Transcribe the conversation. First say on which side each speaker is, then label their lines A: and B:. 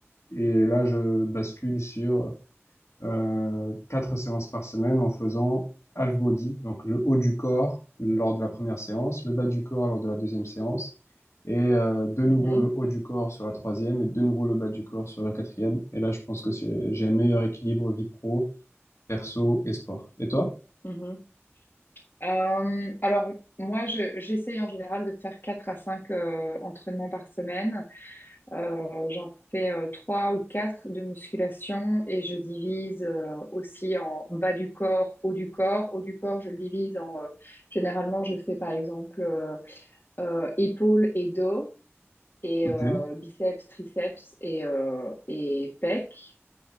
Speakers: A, on the left (about 75°); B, on the left (about 50°).
A: et là, je bascule sur euh, quatre séances par semaine en faisant half body, donc le haut du corps lors de la première séance, le bas du corps lors de la deuxième séance, et euh, de nouveau
B: mhm,
A: le haut du corps sur la troisième, et de nouveau le bas du corps sur la quatrième. Et là, je pense que c'est- j'ai un meilleur équilibre vie pro, perso et sport. Et toi?
B: mhm. Euh, alors, moi, je- j'essaye en général de faire 4 à 5 euh, entraînements par semaine. Euh, j'en fais euh, trois ou quatre de musculation et je divise euh, aussi en bas du corps, haut du corps. Haut du corps, je le divise en... euh, généralement, je fais par exemple euh, euh, épaules et dos et
A: Ok.
B: euh, biceps, triceps et, euh, et pecs.